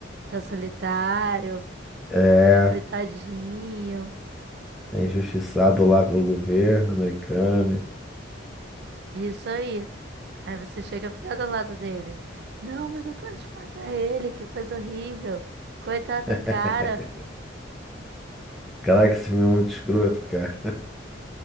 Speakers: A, on the right; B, in the centre.
A: tá solitário,
B: É,
A: ele é coitadinho.
B: é injustiçado lá pelo governo americano.
A: Isso aí. Aí você chega a ficar do lado dele. Não, mas não pode matar ele, que coisa horrível. Coitado
B: <laughs>
A: do cara.
B: Caraca, esse filme é muito escroto, cara.